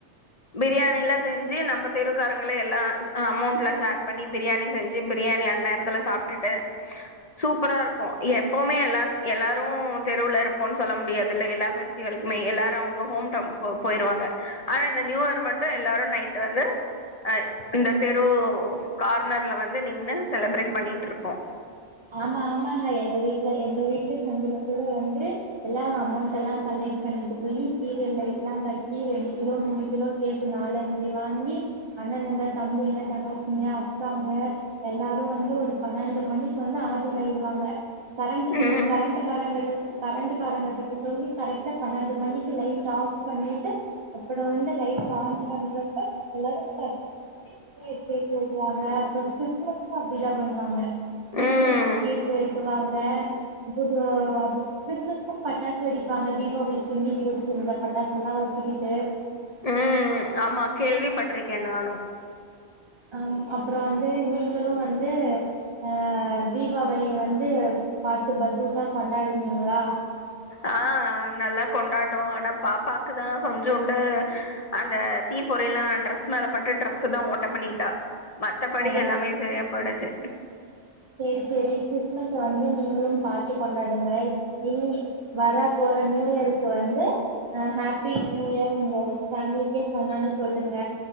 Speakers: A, on the left (about 40°); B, on the right (about 25°).
A: பிரியாணிலா செஞ்சு நம்ம தெருக்காரங்களே எல்லா அ அமௌண்ட்லா ஷேர் பண்ணி பிரியாணி செஞ்சு பிரியாணி அன்நேரத்துல சாப்ட்டுட்டு சூப்பரா இருக்கூ எப்பவுமே எல்லாத் எல்லாரூ தெருவுல இருப்போன் சொல்ல முடியாதுல எல்லா ஃபெஸ்டிவல்க்மே எல்லாரு அவ்ங்க ஹோம் டவுன் போ போயிருவாங்க ஆனா இந்த நியூயரு மட்டு எல்லாரு நைட்டு வந்து அ இந்த தெரூ கார்னர்ல வந்து நின்னு செலப்ரேட் பண்ணிட்ருப்போ
B: ஆமா ஆமாங்க எங்க வீட்ல எங்க வீட்டு சந்துல கூட வந்து எல்லா அமௌண்டெல்லா கலெக்ட் பண்ணிட்டு போயி சீரியல் லைட்லாகட்டி ரெண்டு கிலோ மூணு கிலோ கேக்கு நாலஞ்சு வாங்கி அண்ணனுங்க தம்பிங்க தங்கச்சிங்க அக்காங்க எல்லாரு வந்து ஒரு பண்ணண்டு மணி க்கு வந்து ஆஜராய்டுவாங்க கரண்ட்டு பில்லு
A: ம்
B: கரண்ட்டு காரங்கட்ட சொ கரண்டு காரங்ககிட்ட சொல்லி கரெக்ட்டா பணண்டு மணிக்கு லைட் ஆஃப் பண்ணிட்டு அப்புறோ வந்து லைட்டு ஆன் பண்றப்ப எல்லாரு கத் தி நியூயர் கேக் வெட்டுவாங்க அப்புறோ கிறிஸ்மஸ்க்கு அப்டிதா பண்ணுவாங்க கிறிஸ்மஸ்க்கு
A: ம்
B: கேக்கு வெட்டுவாங்க பொது அப் கிறிஸ்மஸ் க்கு பட்டாசு வெடிப்பாங்க தீபாவளிக்கு மீதி வச்சிருந்த பட்டாசெலா வச்சுக்கிட்டு
A: ம் ஆமா கேள்விப்பட்ருக்கே நானு
B: அம் அப்புறோ வந்து நீங்களு வந்து அ தீபாவளி வந்து பாத்து பத்தூசா கொண்டாடுணீங்ளா
A: ஆ நல்லா கொண்டாட்டோ ஆனா பாப்பாக்குதா கொஞ்சோண்டு அந்த தீப்பொறிலா டிரெஸ் மேல பட்டு டிரெஸுதா ஓட்ட பண்ணிட்டா மத்தபடி
B: அட
A: எல்லாமே செரியா போய்டுச்சு
B: செரி செரி கிறிஸ்மஸ்ஸ வந்து நீங்களு பாத்து கொண்டாடுங்க இனி வரப்போற நியூ இயரு க்கு வந்து அ ஹேப்பி நியூ இயர் உங்க பேமிலிக்கே சொன்னன்னு சொல்லுங்க